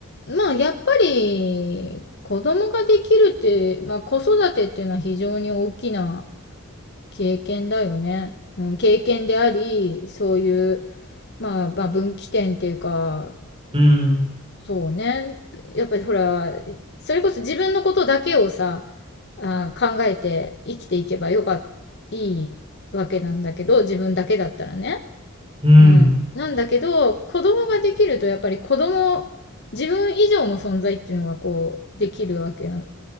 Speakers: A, on the left; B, on the right.
A: まあやっぱり子供ができるって、まあ子育てっていうのは非常に大きな経験だよね。うん、経験であり、そういう、まあ、まあ分岐点っていうか、
B: うん。
A: そうね。やっぱりほら、それこそ自分のことだけをさ、あー、考えて生きていけばよかっ、いいわけなんだけど、自分だけだったらね。
B: うん。
A: うん。なんだけど、子供ができるとやっぱり子供、自分以上の存在っていうのがこう、できるわけなん